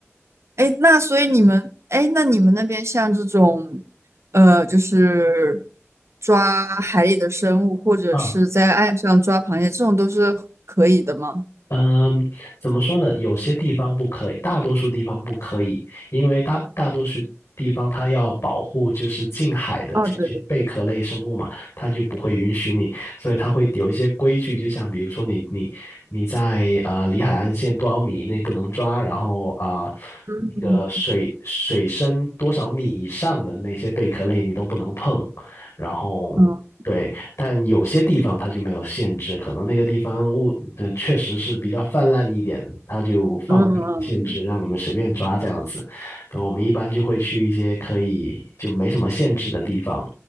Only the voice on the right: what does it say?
哎，那所以你们，哎，那你们那边像这种，呃，就是抓海里的生物，或者是在岸上抓螃蟹，
这种都是可以的吗？
哦，对对对，
嗯
嗯
嗯，。